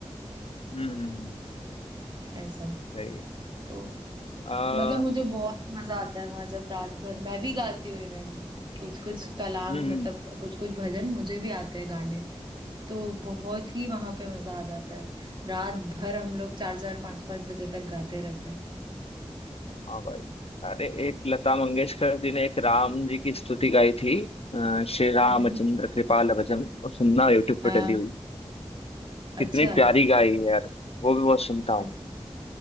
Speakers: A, on the left; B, on the right.
A: हम्म हम्म, हम्म,
B: ऐसा
A: सही है।
B: तो
A: आ,
B: मतलब मुझे
A: हम्म
B: बहुत मजा आता है वहां जब रात भर मैं भी गाती हूँ इवन कुछ कुछ कलाम
A: हम्म।
B: मतलब कुछ कुछ भजन मुझे भी आते हैं गाने तो बहुत ही वहां पे मजा आ जाता है रात भर हम लोग चार चार पांच पांच बजे तक गाते रहते हैं
A: हाँ भाई अरे एक लता मंगेशकर जी ने एक राम जी की स्तुति गाई थी अ, श्री रामचंद्र
B: हम्म
A: कृपाल भजन वो सुनना यूट्यूब
B: हाँ
A: पर डली हुई कितनी
B: अच्छा
A: प्यारी गाई है यार वो भी बहुत सुनता हूँ
B: अच्छा